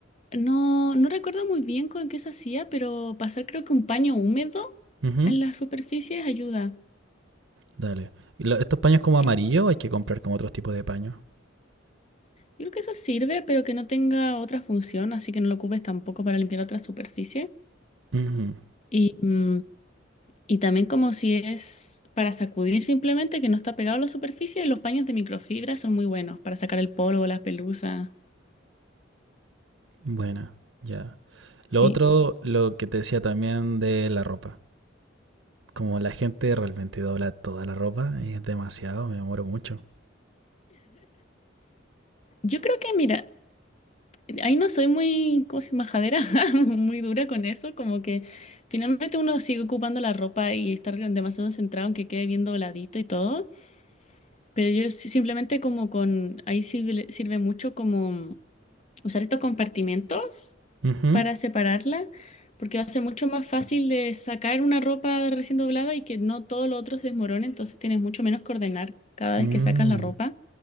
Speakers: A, on the left; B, on the right.
A: no, no recuerdo muy bien con qué se hacía, pero pasar creo que un paño húmedo
B: Ujú.
A: en las superficies ayuda.
B: Dale. ¿Y lo- estos paños como amarillo
A: Y-
B: o hay que comprar como otros tipos de paño?
A: Yo creo que eso sirve, pero que no tenga otra función, así que no lo ocupes tampoco para limpiar otra superficie.
B: Ujú.
A: Y, mm, Y también como si es para sacudir simplemente, que no está pegado a la superficie, y los paños de microfibra son muy buenos para sacar el polvo, las pelusas.
B: Buena, ya. Lo
A: Sí,
B: otro, lo que te decía también de la ropa. Como la gente realmente dobla toda la ropa, es demasiado, me demoro mucho.
A: yo creo que, mira, ahí no soy muy, ¿cómo se llama? Majadera, <laughs> muy dura con eso, como que finalmente uno sigue ocupando la ropa y estar demasiado centrado en que quede bien dobladito y todo, pero yo sí- simplemente como con, ahí sirve, sirve mucho como usar estos compartimentos
B: Ujú.
A: para separarla, porque va a ser mucho más fácil de sacar una ropa recién doblada y que no todo lo otro se desmorone, entonces tienes mucho menos que ordenar cada
B: Mm.
A: vez que sacas la ropa.